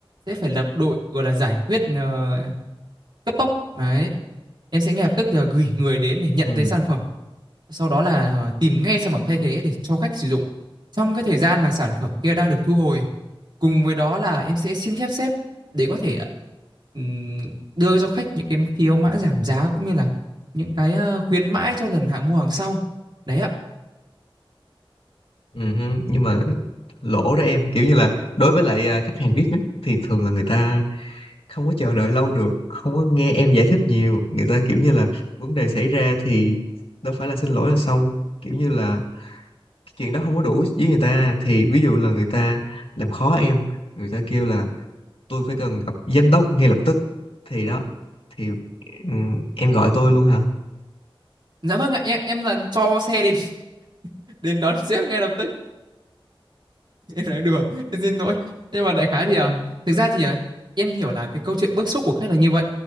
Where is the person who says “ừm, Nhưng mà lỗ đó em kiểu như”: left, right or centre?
Left